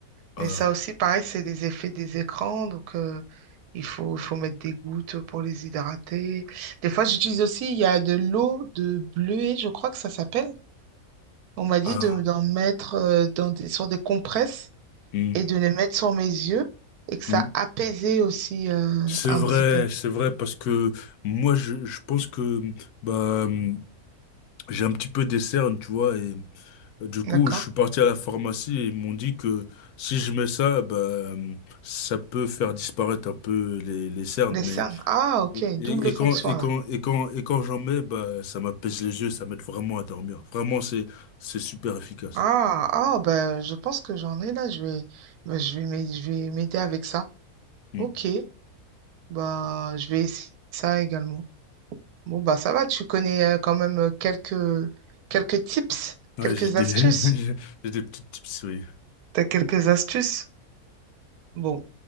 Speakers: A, on the left; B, on the right.
A: A,
B: Mais ça aussi, pareil, c'est les effets des écrans. Donc, euh, il faut, il faut mettre des gouttes pour les hydrater. Des fois, j'utilise aussi, il y a de l'eau de bleuet, je crois que ça s'appelle. On m'a dit
A: A,
B: de, d'en mettre euh, dans des, sur des compresses
A: U,
B: et de les mettre sur mes yeux et que ça
A: U.
B: apaisait aussi euh,
A: C'est
B: un
A: vrai,
B: petit peu.
A: c'est vrai, parce que moi, je, je pense que bah, hum, j'ai un petit peu des cernes, tu vois, et euh, du coup,
B: D'accord?
A: je suis parti à la pharmacie et ils m'ont dit que si je mets ça, bah, hum, ça peut faire disparaître un peu les, les cernes,
B: Les
A: mais
B: cernes. Ah, ok. Double
A: et, et
B: fonction
A: quand et
B: alors.
A: quand et quand et quand j'en mets, bah, ça m'apaise les yeux, ça m'aide vraiment à dormir. Vraiment, c'est c'est super efficace.
B: Ah, ah, ben, je pense que j'en ai là. Je vais, ben, je vais m'aider je vais m'aider avec ça.
A: Hmm.
B: Ok. Bah, je vais essayer ça également. Bon, bah ça va, tu connais euh, quand même euh, quelques, quelques tips,
A: Ouais,
B: quelques
A: j'ai des,
B: astuces.
A: <laughs> j'ai j'ai des petites tips, oui.
B: T'as quelques astuces? Bon.